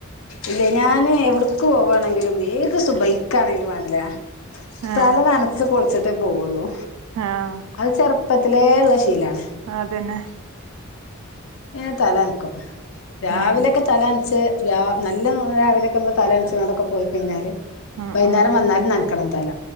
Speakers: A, on the left; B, on the right.
A: ഇല്ല ഞാന് എവടക്ക് പോവാണേങ്കിലും ഏത് സുബയ്ക്ക് ആണെങ്കിലും വേണ്ടില
B: ആഹ്
A: തല നനച്ചു കുളിച്ചിട്ടേ പോവുള്ളു
B: ആഹ്
A: അത് ചെറുപ്പത്തിലേ ഉള്ള ശീലാണ്
B: ആഹ് അതന്നെ
A: ഏ തലനക്കും രാവിലെയൊക്കെ
B: ഉം
A: തലനനച്ച് ര നല്ല രാവിലെക്കെ തലനനച്ച് നടക്കെ പോയി കഴിഞ്ഞാല്
B: ഉം
A: വൈന്നാരം
B: ഉം
A: വന്നാലും നനക്കണം തല